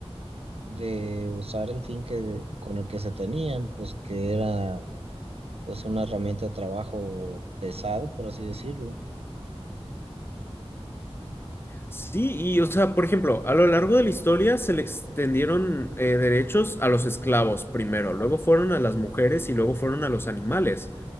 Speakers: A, on the right; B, on the left.
A: de usar el fin que, con el que se tenían, pues que era pues una herramienta de trabajo pesado, por así decirlo.
B: Sí, y o sea, por ejemplo, a lo largo de la historia se le extendieron eh, derechos a los esclavos primero, luego fueron a las mujeres y luego fueron a los animales.